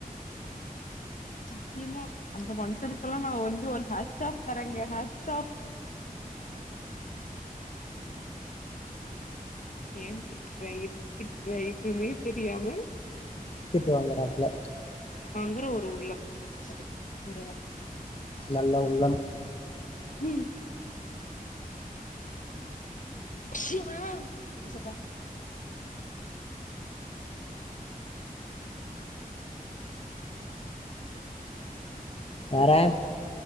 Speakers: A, on the left; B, on the left.
A: சத்தியமா அந்த மனுஷனுக்கெல்லா நா வந்து ஒரு ஹட்ச் ஆப் தரேங்க ஹட்ச் ஆப் ஏன் திட்ற எதுக் திட்ற எதுவுமே தெரியாம
B: திட்டு வாங்கறாப்ல
A: கிற ஒரு உள்ளம் <unintelligible>
B: நல்ல உள்ளம்
A: உம் அச்சிவா எசப்பா
B: வேற